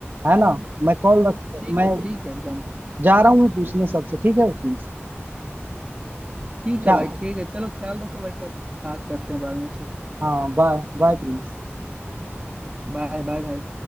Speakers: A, on the right (about 50°); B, on the right (about 25°).
A: है ना मैं कॉल रख
B: ठीक
A: मैं
B: है ठीक है एकदम
A: जा रहा हूँ मैं पूछने सबसे ठीक है प्रिंस
B: ठीक
A: क्या
B: है भाई ठीक है चलो ख्याल रखो भाई कर बात करते हैं बाद में फिर
A: हाँ बाय बाय प्रिंस
B: बाय बाय भाई